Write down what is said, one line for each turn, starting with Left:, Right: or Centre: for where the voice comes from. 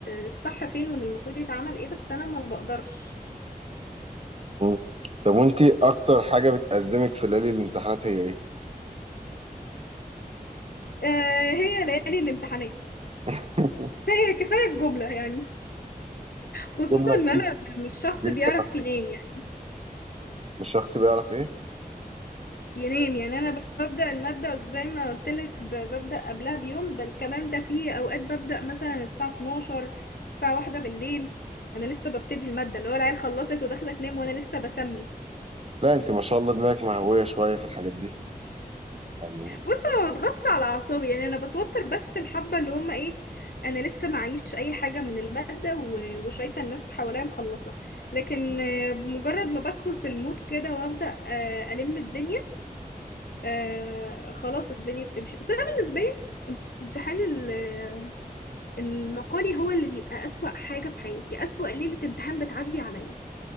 Left: الصح فين واللي المفروض يتعمل ايه بس انا ما بقدرش
Right: مم. طب وانتي أكتر حاجة بتأزمك في ليالي الامتحانات هي ايه؟
Left: آه هي ليالي الامتحانات
Right: <laughs>
Left: كفاية كفاية الجملة يعني خصوصا
Right: جملة
Left: ان
Right: دي
Left: انا مش شخص
Right: دي
Left: بيعرف
Right: تنفس
Left: ينام يعني
Right: مش شخص بيعرف ايه؟
Left: ينام يعني انا ببدأ المادة زي ما قلت لك ببدأ قبلها بيوم بل كمان ده في اوقات ببدأ مثلا الساعة 12 الساعة واحدة بالليل انا لسه ببتدي المادة اللي هو العيال خلصت وداخلة تنام وانا لسه بسمي
Right: لا انت ما شاء الله دماغك مهوية شوية في الحاجات دي يعني
Left: بص ما بضغطش على اعصابي يعني انا بتوتر بس الحبه اللي هم ايه انا لسه معيش اي حاجه من الماده و- وشايفه الناس حواليا مخلصه لكن
Right: مم.
Left: آه، بمجرد ما بدخل في المود كده وابدا آه، الم الدنيا آه، خلاص الدنيا بتمشي بس انا بالنسبه لي امتحان ال- المقالي هو اللي بيبقى اسوأ حاجه في حياتي اسوأ ليله امتحان بتعدي عليا